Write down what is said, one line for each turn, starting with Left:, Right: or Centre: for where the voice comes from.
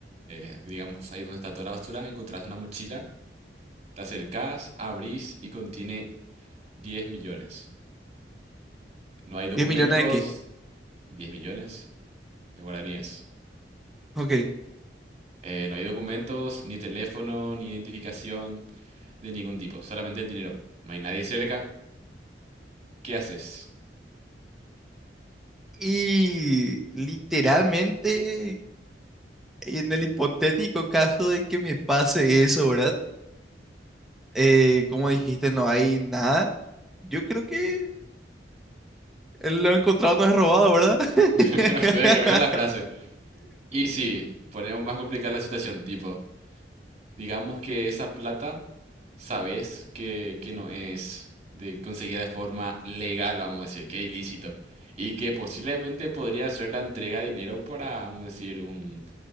Right: eh, digamos ahí donde está toda la basura, encontrás una mochila Te acercás, abrís y contiene 10 millones. No hay documentos,
Centre: diez millones de qué?
Right: 10 millones de guaraníes.
Centre: Ok.
Right: Eh, no hay documentos, ni teléfono, ni identificación de ningún tipo, solamente el dinero. No hay nadie cerca. ¿Qué haces?
Centre: Y literalmente, en el hipotético caso de que me pase eso, ¿verdad? Eh, como dijiste, no hay nada. Yo creo que lo encontrado no es robado, ¿verdad?
Right: <laughs>
Centre: <laughs>
Right: Sí, conozco la frase. Y sí, ponemos más complicada la situación, tipo, Digamos que esa plata, sabes que, que no es de, conseguida de forma legal, vamos a decir, que ilícito. Y que posiblemente podría ser la entrega de dinero para, vamos a decir, un,